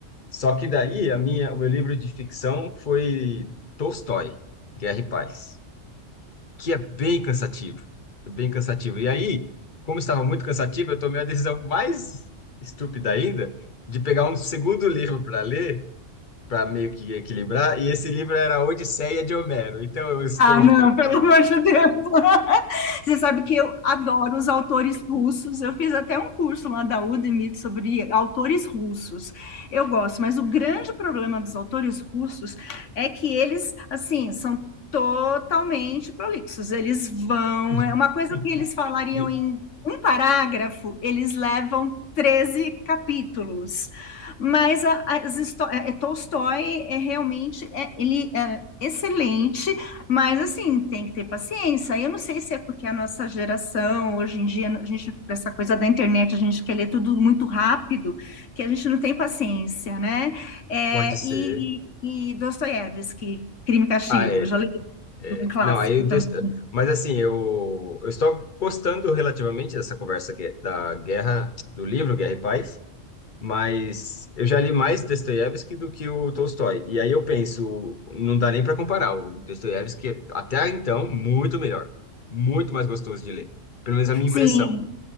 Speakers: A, on the left; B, on the left.
A: Só que daí a minha, o meu livro de ficção foi Tolstói, Guerra e Paz. que é bem cansativo. É bem cansativo. E aí, como estava muito cansativo, eu tomei a decisão mais estúpida ainda de pegar um segundo livro para ler, para meio que equilibrar, e esse livro era A Odisseia de Homero. Então eu estou.
B: Ah, não, pelo amor de Deus. <laughs> Você sabe que eu adoro os autores russos. Eu fiz até um curso lá da Udemy sobre autores russos. Eu gosto, mas o grande problema dos autores russos é que eles, assim, são totalmente prolixos. Eles vão,
A: <laughs>
B: é uma coisa que eles falariam em um parágrafo, eles levam 13 capítulos. Mas a, as histó- é, Tolstói é realmente é, ele é excelente mas assim, tem que ter paciência. Eu não sei se é porque a nossa geração, hoje em dia, a gente, essa coisa da internet, a gente quer ler tudo muito rápido, que a gente não tem paciência, né? É,
A: Pode ser.
B: e, e Dostoiévski, Crime e Castigo,
A: Ah, é,
B: já li
A: é.
B: um clássico
A: Não, aí eu...
B: também.
A: des- Mas assim, eu... eu estou gostando relativamente dessa conversa gue- da guerra, do livro Guerra e Paz. Mas eu já li mais Dostoiévski do que o Tolstói. E aí eu penso, não dá nem para comparar. O Dostoiévski, até então, muito melhor. Muito mais gostoso de ler. Pelo menos a minha
B: Sim,
A: impressão.